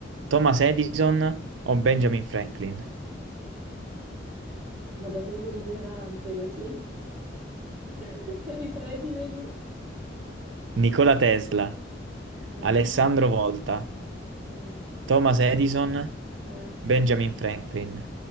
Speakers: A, on the right; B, in the centre.
A: Thomas Edison o Benjamin Franklin?
B: Vado, sembro un ignorante così. <laughs> Ripetimeli.
A: Nikola Tesla,
B: Eh,
A: Alessandro Volta,
B: eh,
A: Thomas Edison,
B: eh.
A: Benjamin Franklin.